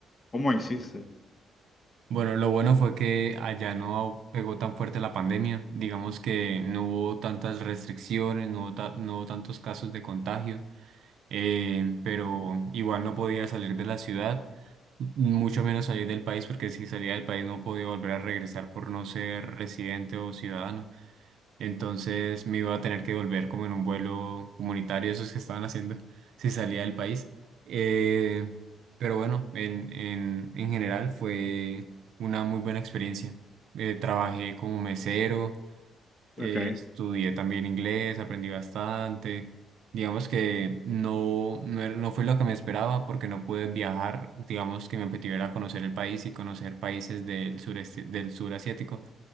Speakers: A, on the left; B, on the right.
A: cómo hiciste?
B: Bueno, lo bueno fue que allá no pegó tan fuerte la pandemia. Digamos que no hubo tantas restricciones, no hubo, ta- no hubo tantos casos de contagio. eh, pero igual no podía salir de la ciudad, mucho menos salir del país, porque si salía del país no podía volver a regresar por no ser residente o ciudadano. Entonces me iba a tener que volver como en un vuelo comunitario, esos que estaban haciendo <laughs> si salía del país. Eh, pero bueno, en, en, en general fue una muy buena experiencia. Eh, trabajé como mesero eh,
A: Ok,
B: estudié también inglés, aprendí bastante. Digamos que no, no, era- no fue lo que me esperaba porque no pude viajar. Digamos que mi objetivo era conocer el país y conocer países del sureste, del sur asiático.